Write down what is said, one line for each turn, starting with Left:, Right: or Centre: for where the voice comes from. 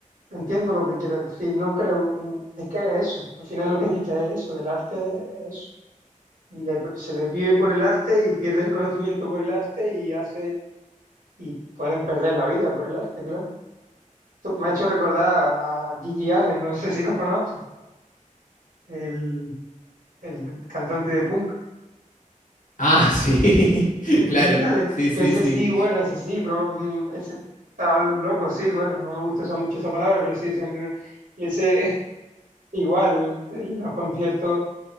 Right: Entiendo lo que quieres decir, no creo, mm, es que haga eso, al final lo que dice es eso, el arte es eso, y hay- se desvive por el arte y pierde el conocimiento por el arte y hace, y pueden perder la vida por el arte, claro. Tú- me ha hecho recordar a Gigi Allen, no sé si lo conoces, el, el cantante de punk,
Left: Ah, <laughs> sí,
Right: <laughs>
Left: claro,
Right: Gigi Allen,
Left: sí, sí,
Right: que ese
Left: sí.
Right: sí, bueno, ese sí, pero mm, ese estaba loco, sí, bueno, no me gusta usar mucho esa palabra, pero sí, ese hombre, no- y ese <laughs> igual, en los conciertos.